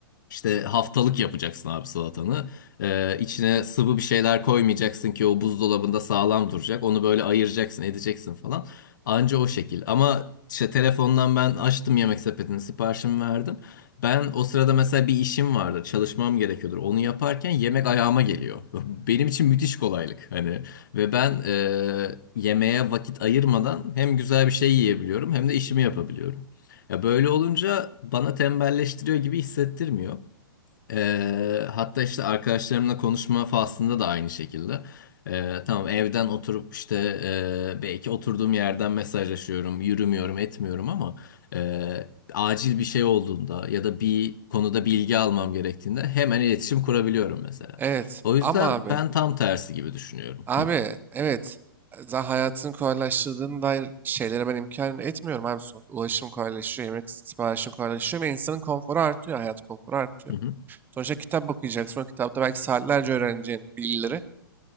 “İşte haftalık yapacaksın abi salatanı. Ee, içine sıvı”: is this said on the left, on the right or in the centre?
Left